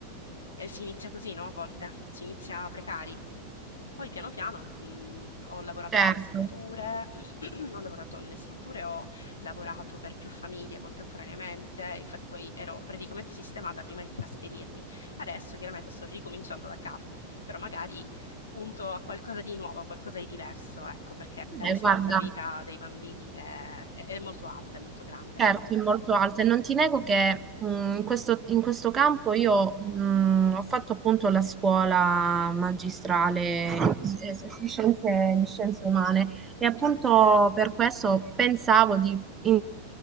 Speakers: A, on the left; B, on the right.
A: eh, si inizia così, no? A volte si inizia precari. Poi piano piano mh, ho lavorato
B: Certo.
A: nelle strutture, <clears throat> ho lavorato nelle strutture, ho lavorato per più famiglie contemporaneamente, infatti poi ero praticamente sistemata prima di trasferirmi. Adesso chiaramente sto ricominciando da capo, però magari punto a qualcosa di nuovo, a qualcosa di diverso, ecco, perché la
B: Beh,
A: responsabilità
B: guarda.
A: dei bambini è, è molto alta, è molto grande.
B: Certo, è molto alta e non ti nego che mh, in questo, in questo campo io mh, ho fatto appunto la scuola magistrale in- eh, <laughs> di scienze, di scienze umane e appunto
A: Sì,
B: per questo pensavo di in-